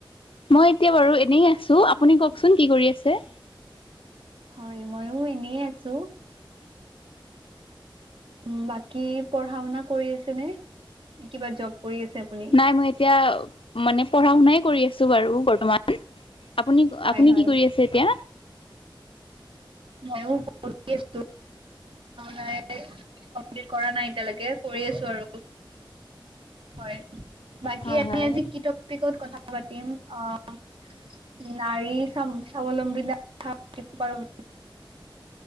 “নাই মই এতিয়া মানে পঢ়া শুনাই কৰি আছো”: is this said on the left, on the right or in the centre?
Left